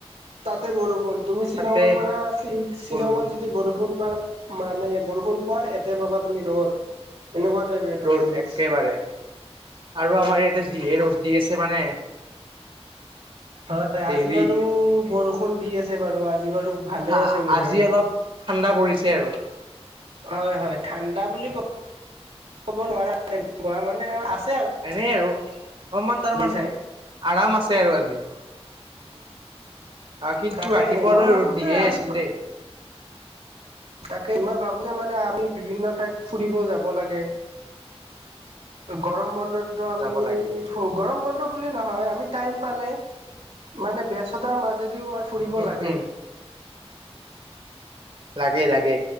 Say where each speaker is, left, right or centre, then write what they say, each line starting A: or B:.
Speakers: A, on the right (about 70°); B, on the right (about 55°).
A: তাতে বৰষুণ, তুমি শ্বিলঙৰ
B: তাতে
A: পৰা শ্বিল, শ্বিলঙত
B: বৰষুণ
A: যদি বৰষুণ পাবা মানে বৰষুণ পোৱা, ইয়াতে পাবা তুমি ৰ'দ। এনেকুৱা টাইপ ৱেডাৰ
B: ৰ'দ
A: চেঞ্জ
B: একেবাৰে, আৰু আমাৰ ইয়াতে যিহে ৰ'দ। দি আছে মানে
A: হয়,
B: ডেইলি
A: আজি বাৰু বৰষুণ দি আছে বাৰু, আজি আজি বাৰু ভালে
B: হা
A: আছে বতৰটো,
B: আজি অলপ ঠাণ্ডা পৰিছে আৰু
A: হয় হয়। ঠাণ্ডা বুলি ক'ব নোৱাৰা, মানে আৰু আছ
B: এনে আৰু, অলপমান তাৰমানে
A: চাই
B: আৰাম আছে আৰু আজি, উম। আহ, কিন্তু
A: তাকেই
B: ৰাতিপুৱালৈ
A: মই ভাবো
B: ৰ'দ দিয়ে
A: যে আমি
B: আছিল দেই।
A: তাকে মই ভাবোঁ যে, মানে আমি বিভিন্ন ঠাইত ফুৰিব যাব লাগে। গৰম বন্ধটো
B: উম
A: আমি,
B: যাব লাগিলে
A: ফু- গৰম বন্ধ বুলি নহয়, আমি টাইম পালে, মানে ব্যস্ততাৰ মাজেদিও ফুৰিব
B: উম
A: লাগে।
B: উম লাগে, লাগে,